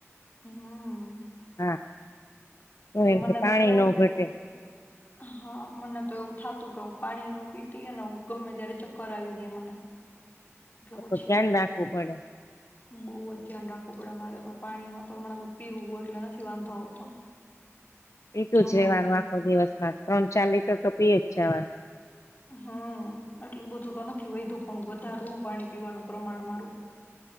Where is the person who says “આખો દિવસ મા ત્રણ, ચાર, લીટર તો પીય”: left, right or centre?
Left